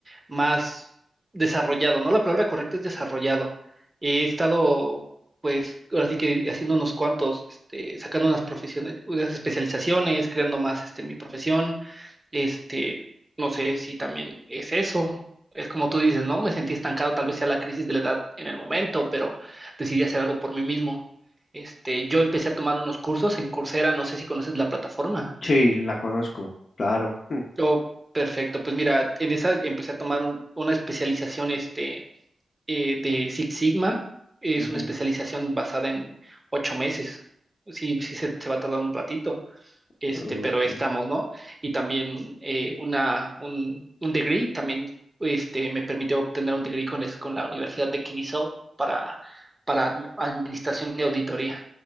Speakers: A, on the right (about 20°); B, on the left (about 60°).
A: más desarrollado, ¿no? La palabra correcta es desarrollado. He estado, pues, ahora sí que haciendo unos cuantos, este, sacando unas profesiones, unas especializaciones, creando más, este, en mi profesión. Este, no sé si también es eso. Es como tú dices, ¿no? Me sentí estancado, tal vez sea la crisis de la edad en el momento, pero decidí hacer algo por mí mismo. Este, yo empecé a tomar unos cursos en Coursera, no sé si conoces la plataforma.
B: Sí, la conozco, claro. Mm,
A: Oh, perfecto. Pues mira, en esa empecé a tomar un- una especialización, este, eh, de Six Sigma. Es
B: ujú,
A: una especialización basada en ocho meses. Sí, sí se, se va a tardar un ratito, este,
B: ok.
A: pero ahí estamos, ¿no? Y también eh, una, un, un degree, también este, me permitió obtener un degree con, es- con la Universidad de Kinizhau para, para admi- administración y auditoría.